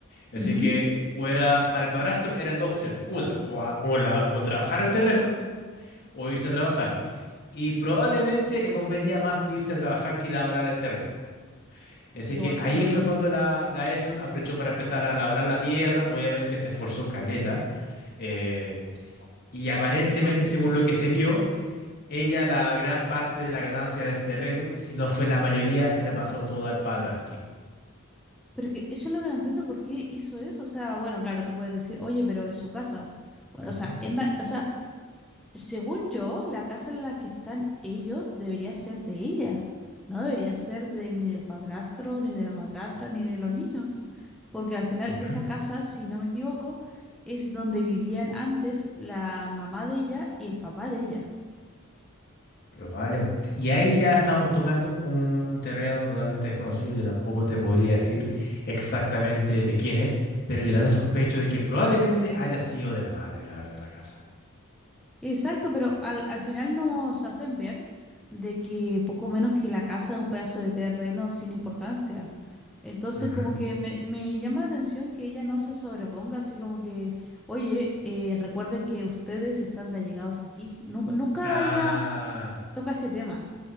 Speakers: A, on the left; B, in the centre.
A: Así
B: ujú,
A: que o era, para el padrastro eran dos opciones. Una, o, a- o la, o trabajar el terreno o irse a trabajar. Y probablemente le convenía más irse a trabajar que labrar el terreno. Así
B: Yo
A: que
B: igual
A: ahí
B: pienso lo
A: fue
B: mismo.
A: cuando la, la ESUN aprovechó para empezar a labrar la tierra, obviamente se esforzó caleta, eh, y aparentemente, según lo que se vio, ella la gran parte de la ganancia de ese terreno, si no fue la mayoría, se la pasó todo al padrastro.
B: Pero que eso es lo que no entiendo, ¿por qué hizo eso? O sea, bueno, claro, tú puedes decir, oye, pero es su casa. Bueno,
A: Ujú,
B: o sea, en va- o sea, según yo, la casa en la que están ellos debería ser de ella. No debería ser de ni del padrastro, ni de la madrastra, ni de los niños. Porque al final
A: ujú.
B: esa casa, si no me equivoco, es donde vivían antes la mamá de ella y el papá de ella.
A: Probablemente. Y ahí ya estamos tocando un terreno totalmente desconocido, yo tampoco te podría decir exactamente de quién es, pero yo también sospecho de que probablemente haya sido de la madre, la verdad, la casa.
B: Exacto, pero al, al final nos hacen ver de que poco menos que la casa es un pedazo de terreno sin importancia. Entonces,
A: Ujú.
B: como que me, me llama la atención que ella no se sobreponga, así como que, oye, eh, recuerde que ustedes están de allegados aquí. Nu- nunca
A: Ah.
B: ella toca ese tema.